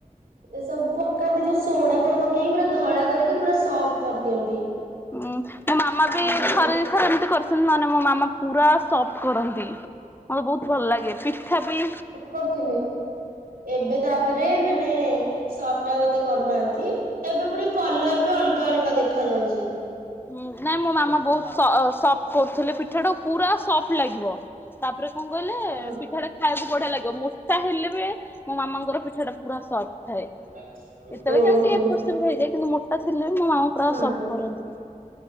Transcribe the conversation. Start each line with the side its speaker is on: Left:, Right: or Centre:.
Right: ଏ ସବୁ ପକାନ୍ତି ଯୋଉ ସୋଡା ଫୋଡା ପକେଇକି ପୁରା ଧଳା କରିକି ପୁରା ସଫ୍ଟ କରିଦିଅନ୍ତି।
Left: ଉଁ ମୋ ମାମା ବି
Right: ଆମ ଆଡେ
Left: ଥରେ
Right: ମୋ
Left: ଥରେ ଏମିତି କରିସନ୍ତି ନଲେ ମୋ ମାମା ପୁରା ସପ୍ଟ କରନ୍ତି। ମତେ ବହୁତ ଭଲ ଲାଗେ ପିଠା ବି
Right: କରିଥିଲେ ଏବେ ତାପରେ ମାନେ ସପ୍ଟ ଆଉ ଏତେ କରୁନାହାନ୍ତି ଏବେ ବି କଲର ବି ଅଲଗା ଅଲଗା ଦେଖା ଯାଉଛି।
Left: ହୁଁ ନାଇଁ ମୋ ମାମା ବହୁତ ସ ସଫ୍ଟ କରୁଥିଲେ ପିଠା ଟା ପୁରା ସଫ୍ଟ ଲାଗିବ। ତାପରେ କଣ କହିଲେ
Right: ହଁ
Left: ପିଠା ଟା ଖାଇବାକୁ ବଢିଆ ଲାଗିବ ମୋ ତା ହେଲେ ବି ମୋ ମାମାଙ୍କର ପିଠା ଟା ପୁରା ସଫ୍ଟ ଥାଏ।
Right: <unintelligible>
Left: କେତେବେଳେ
Right: ଓହୋ
Left: କେମତି ଏପଟ ସେପଟ ହେଇଯାଏ କିନ୍ତୁ ମୋଟା ଥିଲେ ବି ମୋ ମାମା
Right: ହଁ
Left: ସପ୍ଟ କରନ୍ତି।